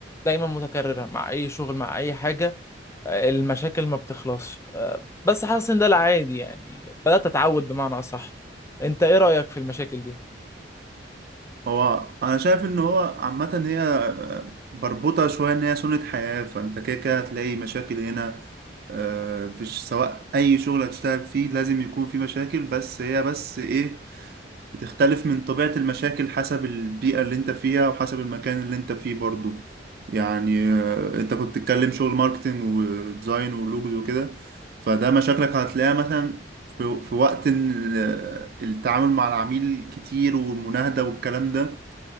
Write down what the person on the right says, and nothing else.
هو انا شايف ان هو عامه هي بربطه شويه ان هي سنه حياه فانت كده كده هتلاقي مشاكل هنا آه، فيش سواء اي شغل هتشتغل فيه لازم يكون فيه مشاكل بس هي بس ايه بتختلف من طبيعه المشاكل حسب البيئه اللي انت فيها وحسب المكان اللي انت فيه برضو يعني آه، انت كنت تتكلم شغل ماركتينج وديزاين ولوجوز وكده فده مشاكلك هتلاقيها مثلا في في وقت إن ال- التعامل مع العميل كتير والمناهدة والكلام ده